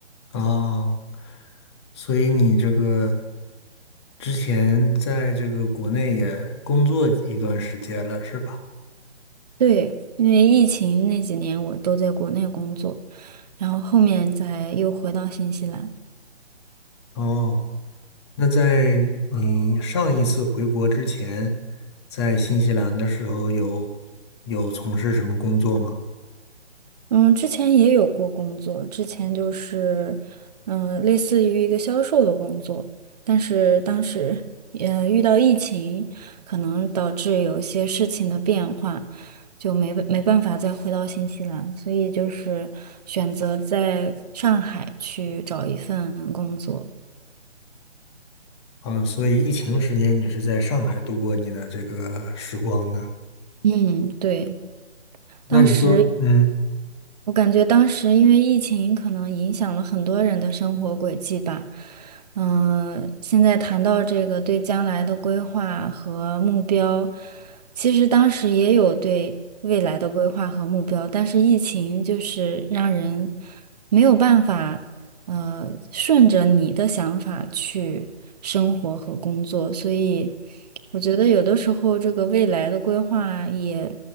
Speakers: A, on the left; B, on the right.
A: 啊，所以你这个之前在这个国内也工作一段时间了，是吧？
B: 对，因为疫情那几年我都在国内工作，然后后面才又回到新西兰。
A: 哦，那在你上一次回国之前，在新西兰的时候有有从事什么工作吗？
B: 嗯，之前也有过工作，之前就是，嗯，类似于一个销售的工作，但是当时，呃，遇到疫情，可能导致有些事情的变化，就没没办法再回到新西兰，所以就是选择在上海去找一份工作。
A: 啊，所以疫情时间你是在上海度过你的这个时光的。
B: 嗯，对。
A: 那你做，
B: 当时
A: 嗯，
B: 我感觉当时因为疫情，可能影响了很多人的生活轨迹吧。嗯、现在谈到这个对将来的规划和目标，其实当时也有对未来的规划和目标，但是疫情就是让人没有办法。呃，顺着你的想法去生活和工作，所以我觉得有的时候这个未来的规划也